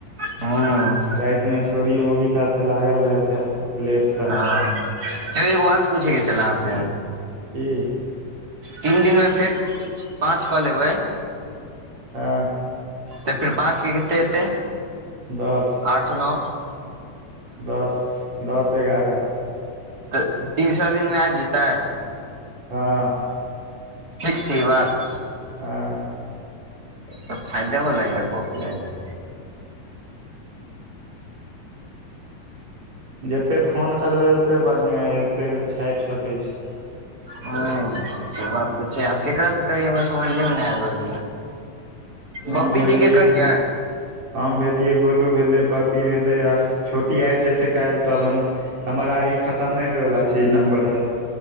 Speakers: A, on the right (about 25°); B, on the right (about 50°).
A: हँ
B: रातिमे छौड़ी मौगी साथे लागल रहैत हैत लेट तक
A: हँ एक बात पूछेके छलै अहाँ से
B: की
A: तीन दिनमे फेर पाँच कऽ लेबै
B: हँ
A: तऽ फेर पाँचके कते एतै
B: दस
A: आठ नौ
B: दस दस एगारह
A: तऽ तीन सए दिन मे आबि जेतै
B: हँ
A: फक्स छै ई बात
B: ह
A: तऽ फायदे बला गप यै यौ
B: जतेक फोन करबै ओतेक बढ़िआँ अइ ओते छापि सकैत छी
A: ह से बात तऽ छै आब केकरास से कभ हमरा समझलेमे नहि आबि रहल यै
B: हम
A: बब्बी
B: भेलियै
A: दी के करियै
B: हम भेलियै गोलू भेलै बबी भेलै आर छोटी आबि जेतै काल्हि तब हम हमर आब ई खतमे होइवला छै ई नम्बरसे